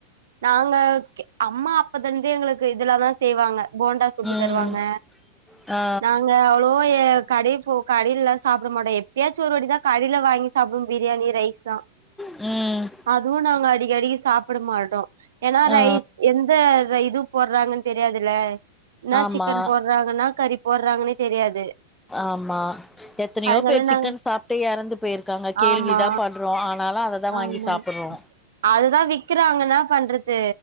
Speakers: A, on the right (about 85°); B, in the centre.
A: நாங்க ஓகே அம்மா அப்பதருந்தே எங்களுக்கு இதுலதா செய்வாங்க போண்டா சுட்டு
B: ம்
A: தருவாங்க
B: ஆ
A: நாங்க அவ்ளோவா ஏ கடைப் போ கடைல சா சாப்ட மாட்டோ எப்பயாச்சு ஒரு வாட்டிதா கடயில வாங்கி சாப்பிடுவோ பிரியாணி ரைஸ் தான்
B: ம்
A: அதுவு நாங்க அடிகடிக்கி சாப்பிட மாட்டோ ஏன்னா
B: ஆ
A: ரைஸ் எந் இந்த இத இதுவு போடுறாங்கன்னு தெரியாதுலல ன்னா
B: ஆமா
A: சிக்கன் போட்றாங்கன்னா கறிப் போட்றாங்கன்னே தெரியாது
B: ஆமா எத்தனையோ
A: அதனால
B: பேர் சிக்கன்
A: நாங்க
B: சாப்பிட்டு எறந்து போயிருக்காங்க கேள்வி
A: ஆமா
B: தா பட்றோ ஆனாலு அததா வாங்கி
A: ஆமா
B: சாப்பிட்றோ
A: அதுதா விக்கிறாங்கல்ல என்னாப் பண்றது